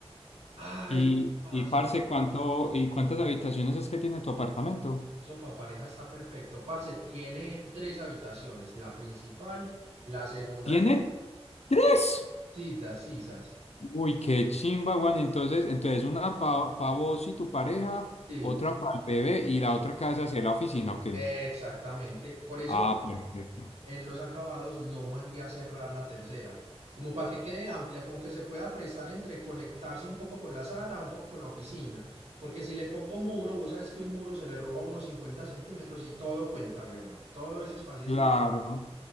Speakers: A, on the right; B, on the left.
A: Ay,
B: Y,
A: parce,
B: y parce,
A: pero
B: ¿cuánto, y cuántas habitaciones es que tiene tu apartamento?
A: eso para pareja está perfecto. Parce, tiene tres habitaciones, la principal, la segunda
B: ¿Tiene
A: que es
B: tres?
A: sisas, sisas.
B: Uy, qué chimba, weón. Entonces, entonces una para vos y tu pareja,
A: Sí,
B: otra para el bebé y
A: sí.
B: la otra casa hacer la oficina, ¿ok?
A: Exactamente. Por eso
B: Ah, perfecto.
A: en los acabados no mandé a cerrar la tercera, como para que quede amplia, como que se pueda prestar entre conectarse un poco con la sala, un poco con la oficina, porque si le pongo muro, vos sabes que un muro se le roba unos 50 centímetros y todo cuenta, huevón, todo ese espacio
B: Claro,